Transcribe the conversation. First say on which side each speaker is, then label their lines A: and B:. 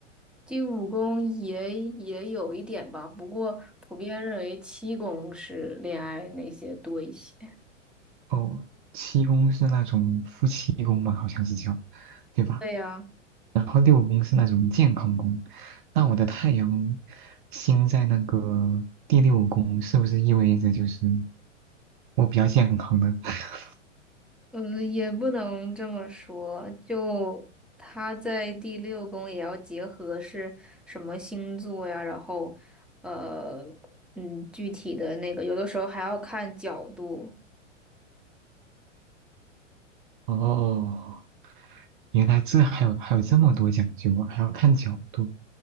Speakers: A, in the centre; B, on the right.
A: 第五宫也也有一点吧，不过普遍认为七宫是恋爱那些多一些。
B: 哦，七宫是那种夫妻宫吧，好像是叫，对吧？
A: 对呀，
B: 然后六宫是那种健康宫，那我的太阳星在那个第六宫，是不是意味着就是我比较健康的？<laughs>
A: 嗯，也不能这么说，就他在第六宫也要结合是什么星座呀，然后呃嗯具体的那个，有的时候还要看角度。
B: 哦，原来这还有还有这么多讲究啊，还要看角度。